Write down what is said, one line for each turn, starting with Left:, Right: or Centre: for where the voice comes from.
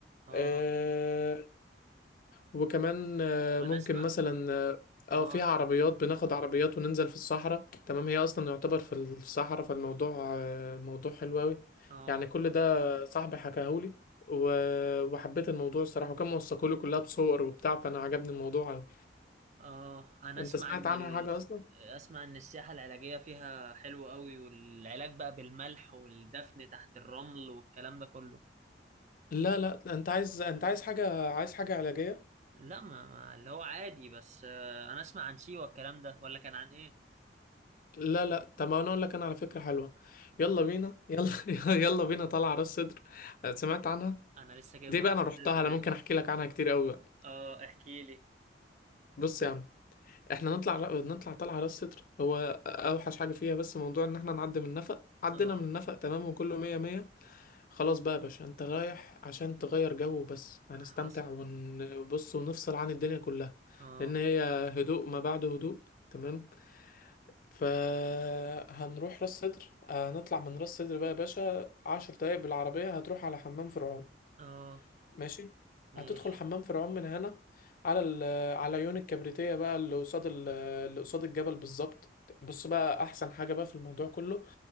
Right: اه
Left: آه، وكمان آه،
Right: وانا
Left: ممكن
Right: اسمع
Left: مثلا اه آه،
Right: اه
Left: فيها عربيات بناخد عربيات وننزل في الصحراء تمام هي اصلا يعتبر في الصحراء فالموضوع آه، الموضوع حلو قوي
Right: اه
Left: يعني كل ده صاحبي حكاهولي و- وحبيت الموضوع الصراحة وكان موثقولي كلها بصور وبتاع فانا عجبني الموضوع قوي
Right: اه انا
Left: انت
Right: اسمع
Left: سمعت
Right: ان
Left: عنها
Right: ال...
Left: حاجة اصلا
Right: اسمع ان السياحة العلاجية فيها حلوة قوي والعلاج بقى بالملح والدفن تحت الرمل والكلام ده كله
Left: لا لا انت عايز انت عايز حاجة عايز حاجة علاجية
Right: لا ما, ما اللي هو عادي بس آه انا اسمع عن سيوة الكلام ده ولا كان عن ايه
Left: لا لا طب انا اقول لك انا على فكرة حلوة
Right: اه
Left: يلا بينا يلا <laughs> يلا بينا طالعة راس صدر سمعت عنها
Right: انا لسه جاي
Left: دي
Right: من
Left: بقى
Right: راس
Left: انا
Right: سدر
Left: رحتها انا ممكن احكي لك عنها كتير قوي بقى
Right: اه احكي لي
Left: بص يا عم احنا نطلع نطلع طلعه راس صدر هو اوحش حاجه فيها بس موضوع ان احنا نعدي من النفق عدينا
Right: اه
Left: من النفق تمام وكله مية مية خلاص بقى يا باشا انت رايح عشان تغير جو بس هنستمتع
Right: حصل
Left: ونبص ونفصل عن الدنيا كلها
Right: اه
Left: لان هي هدوء ما بعد هدوء تمام فهنروح راس صدر هنطلع من راس صدر بقى يا باشا عشر دقايق بالعربيه هتروح على حمام فرعون
Right: اه
Left: ماشي
Right: ماشي
Left: هتدخل حمام فرعون من هنا على ال على عيون الكبريتية بقى اللي قصاد ال- اللي قصاد الجبل بالظبط بص بقى احسن حاجة بقى في الموضوع كله